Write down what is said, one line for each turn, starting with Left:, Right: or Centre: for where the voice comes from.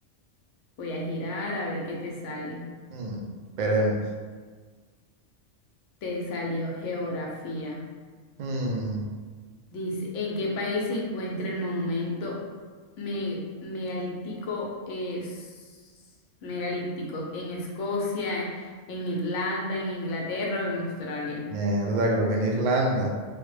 Left: Voy a girar a ver qué te sale.
Right: Mm, esperemos.
Left: Te salió geografía.
Right: Mm,
Left: Dice, ¿en qué país se encuentra el monumento me- megalítico, es, megalítico? ¿En Escocia, en Irlanda, en Inglaterra o en Australia?
Right: mierda, creo que en Irlanda.